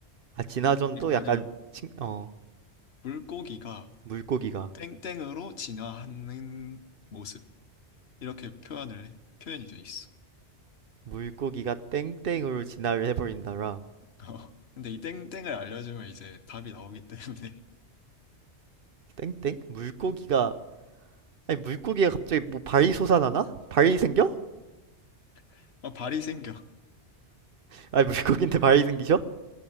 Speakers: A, on the right; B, on the left.
A: 아 진화전도
B: 그러니까 뭐냐면
A: 약간 칭, 어
B: 물고기가
A: 물고기가
B: 땡땡으로 진화하는 모습 이렇게 표현을 해. 표현이 돼 있어.
A: 물고기가 땡땡으로 진화를 해버린다라
B: <laughs> 어, 근데 이 땡땡을 알려주면 이제 답이 나오기 때문에
A: 땡땡? 물고기가 아니 물고기가 갑자기 뭐 발이 솟아나나? 발이 생겨?
B: <laughs> 어, 발이 생겨.
A: 아니 물고기인데 발이 생기셔?